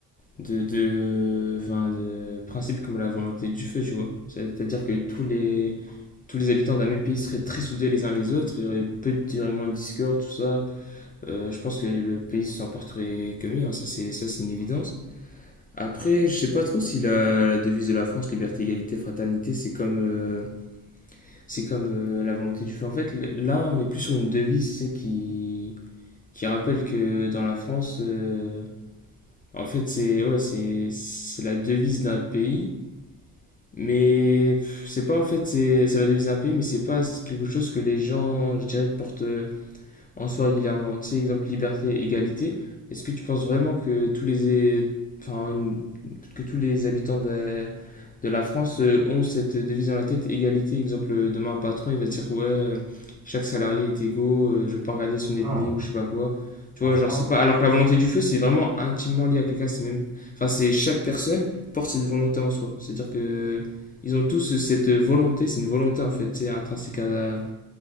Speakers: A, on the left; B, on the right.
A: de. de. Enfin, de principe comme la volonté du feu, tu vois. C'est-à-dire que tous les. Tous les habitants d'un même pays seraient très soudés les uns les autres, il y aurait peu de, il y aurait moins de discorde, tout ça. Euh, je pense que le pays s'en porterait que mieux, hein, ça c'est ça, c'est une évidence. Après, je sais pas trop si la, la devise de la France, liberté, égalité, fraternité, c'est comme. euh, C'est comme euh, la volonté du feu. En fait, l- là, on est plus sur une devise, c'est qui qui rappelle que dans la France, euh, en fait, c'est ouais, c'est c'est la devise d'un pays, mais pff, c'est pas en fait c'est c'est la devise d'un pays, mais c'est pas quelque chose que les gens, je dirais, portent euh, en soi régulièrement. Tu sais, exemple liberté, égalité. Est-ce que tu penses vraiment que tous les é- enfin une- que tous les habitants de, de la France euh, ont cette devise dans la tête, égalité. Exemple, demain un patron, il va dire ouais, euh, chaque salarié est égaux, euh, je veux pas regarder son
B: Non.
A: ethnie ou je sais pas quoi. Tu
B: En
A: vois,
B: France,
A: genre c'est pas. Alors que la volonté du feu, c'est vraiment intimement lié à quelqu'un. C'est même, enfin c'est chaque personne porte cette volonté en soi. C'est-à-dire que ils ont tous cette volonté, c'est une volonté en fait, c'est intrinsèque à,